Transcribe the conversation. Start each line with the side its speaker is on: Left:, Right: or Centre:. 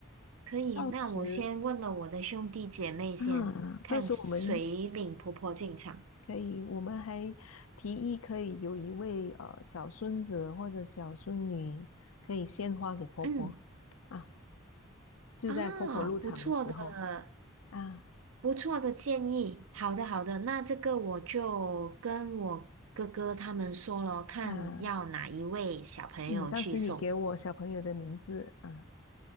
Right: 可以。
Left: 到时
Right: 那我先问了我的兄弟姐妹先，
Left: 啊，
Right: 看谁领婆婆进场。
Left: 到时我们可以，我们还提议可以有一位呃小孙子或者小孙女可以献花给婆婆
Right: 嗯
Left: 啊，就在婆婆入场的时候
Right: 啊，不错的，
Left: 啊
Right: 不错的建议，好的好的，那这个我就跟我哥哥他们说了，看要哪一位小朋友去送
Left: 啊，嗯，当时你给我小朋友的名字啊，